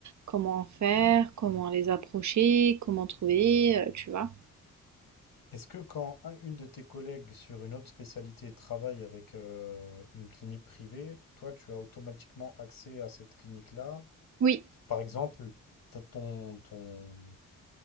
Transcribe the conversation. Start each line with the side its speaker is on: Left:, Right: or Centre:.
Right: Comment en faire? Comment les approcher? Comment trouver? Heu, tu vois?
Left: Est-ce que quand un- une de tes collègues sur une autre spécialité travaille avec euh, une clinique privée, toi, tu as automatiquement accès à cette clinique-là?
Right: Oui.
Left: Par exemple, t'as ton, ton,